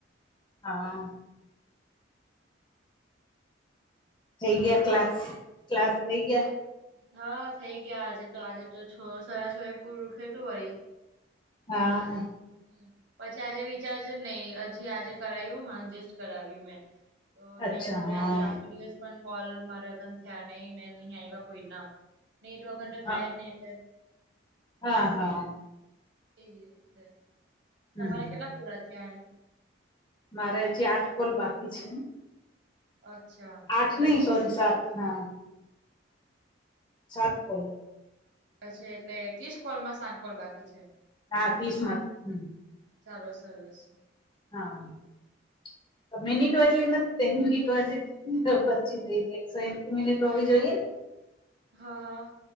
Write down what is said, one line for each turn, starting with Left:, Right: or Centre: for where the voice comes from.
Left: હા થઈ
Right: બોલો.
Left: ગ્યા ક્લાસ ક્લાસ થઈ ગ્યા.
Right: હા થઈ ગયા આજે તો આજે તો છ સરા છો એ પૂરુ થતું આવી
Left: હા હા
Right: હ પછી આજે રિચાર્જ નહી હજી આજે કરાવું હ એડજસ્ટ કરાવ્યું મેં તો
Left: અચ્છા
Right: ત્યાં સુધી
Left: હા
Right: આજે આખો દિવસ પણ કોલ મારાત થયા નહી ને નહીં આવ્યા કોઈ ના નેટ વગર તો
Left: હા
Right: થાય જ નઈ એટલે
Left: હા હા
Right: એ એટલે
Left: હમ
Right: તમારે કેટલા પૂરા થયા એમ?
Left: મારે હજી આઠકોલ બાકી છે.
Right: અચ્છા
Left: આઠ
Right: એટલે
Left: નહી
Right: ત્રીસ
Left: સોરી સાત હા સાત કોલ
Right: એટલે ત્રીસ કોલ માં સાત કોલ બાકી છે.
Left: હા ત્રીસ માંથી
Right: ચાલો સરોસ
Left: હા મિનિટો એટલી નથી તે મિનિટો હજી પચી થઈ <unintelligible> મિનિટ હોવી જોઈએ ને
Right: હા હા